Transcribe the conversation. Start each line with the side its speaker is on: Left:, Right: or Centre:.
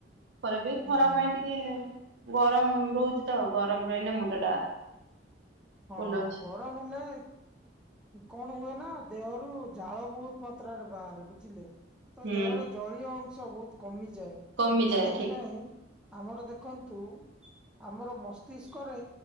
Right: ପରେ ବି
Centre: ହୁଁ
Right: ଖରା ପାଇଁ ଟିକେ ଗରମ ରହୁଛି ତ, ଗରମ ରହିଲେ ମୁଣ୍ଡ ଟା
Centre: ହଁ
Right: ବୁଲଉଛି।
Centre: ଗରମ ହେଲେ କଣ ହୁଏ ନା ଦେହରୁ ଝାଳ ବହୁତ ମାତ୍ରାରେ ବାହାରେ। ବୁଝିଲେ? ତ
Right: ହୁଁ
Centre: ଦେହରେ ଜଳୀୟ ଅଂଶ ବହୁତ କମିଯାଏ।
Right: କମିଯାଏ
Centre: ସେଇଥିପାଇଁ
Right: ଠିକ୍
Centre: ଆମର ଦେଖନ୍ତୁ ଆମର ମସ୍ତିଷ୍କରେ